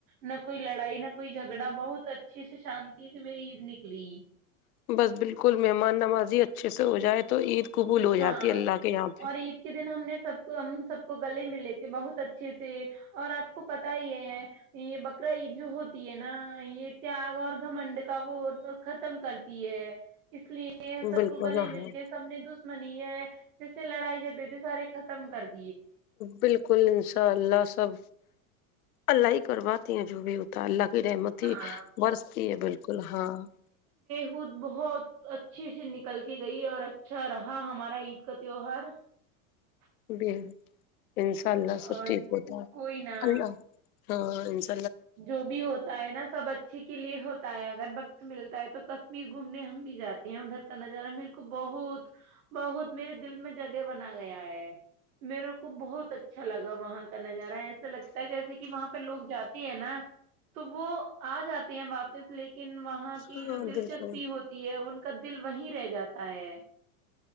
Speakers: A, on the right; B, on the left.
A: نہ کوئی لڑائی نہ کوئی جھگڑا بہت اچھے سے <unintelligible> شانتی سے میری عید نکلی
B: بس بالکل مہمان نمازی اچھے سے ہو جائے تو عید قبول ہو جاتی
A: ہاں
B: ہے اللہ کے یہاں
A: اور عید کے دن ہم نے سب کو ہم سب کو گلے میں لیےتے بہت اچھے سے اور آپ کو پت ہی ہے یہ بکرا عید جو ہوتی ہے نا یہ تیاگ اور گھمنڈ کا وہ ختم کرتی ہے اس لیے
B: پہ
A: سب
B: بالکل
A: کو گلے مل
B: ہاں
A: کے سب نے دوسر منی ہے جسے لڑائی جھڑے ت سارے ختم کرتے <unintelligible>
B: بالکل انشاء اللہ سب اللہ ہی کرواتے ہیں جو بھی ہوتا ہے اللہ پ ر م
A: ہاں
B: برستی ہے بالکل ہاں <unintelligible>
A: خود بہت اچھے سے نکل کے گئی اور اچھا رہا ہمارا عید کا تیوہار <unintelligible>
B: بھی <unintelligible> انشاء اللہ سب
A: اور
B: ٹھیک ہوتا ہے
A: کوئی نہ
B: اللہ ہاں <unintelligible>
A: جو بھی ہوتا ہے نا سب اچھے کے لیے ہوتا ہے اگر وقت ملتا ہے تو ک میر گھومنے ہم بھی جاتے ہیں ادھر کا نظارہ میرے کو بہت <unintelligible> بہت میرے <unintelligible> دل میں جگہ بنا گیا ہے میرے کو بہت اچھا لگا وہاں کا نظارہ ایسا لگتا ہے جیسے کہ وہاں پہ لوگ جاتے <unintelligible> نا تو وہ آ جاتے ہیں واپس لے کے <unintelligible> وہاں کی
B: ہاں
A: جو دلچسپی
B: بالکل
A: ہوتی ہے ان کا <unintelligible> دل وہیں رہ جاتا ہے <unintelligible>